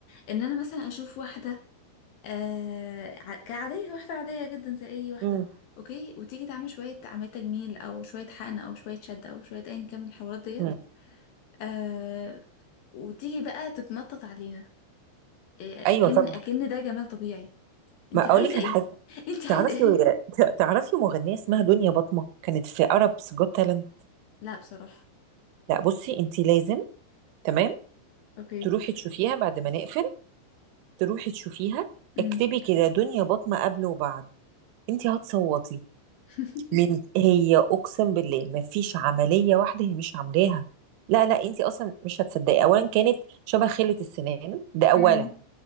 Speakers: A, on the left; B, on the right.
A: ان انا مثلا اشوف واحدة آه ع- كعادية واحدة عادية جدا زي اي واحدة
B: مم.
A: اوكي وتيجي تعمل شوية عملية تجميل او شوية حقن او شوية شد او شوية ايا كان من الحوارات ديت
B: مم.
A: آه وتيجي بقى تتنطط علينا آه،
B: ايوه
A: اكن
B: طبعا
A: اكن ده جمال طبيعي انت
B: ما
A: عايزة
B: اقول لك
A: ايه
B: على حاجه
A: <laughs> انت عايزة
B: تعرفي
A: ايه
B: تعرفي مغنيه اسمها دنيا بطمه كانت في عرب جوت تالنت
A: <laughs> لا بصراحة
B: لا بصي انت لازم تمام
A: اوكي
B: تروحي تشوفيها بعد ما نقفل تروحي تشوفيها
A: امم
B: اكتبي كده دنيا بطمة قبل وبعد انت هتصوتي
A: <laughs>
B: من هي اقسم بالله مفيش عملية واحدة هي مش عاملاها لا لا انت اصلا مش هتصدقي اولا كانت شبه خلة السنان ده اولا
A: امم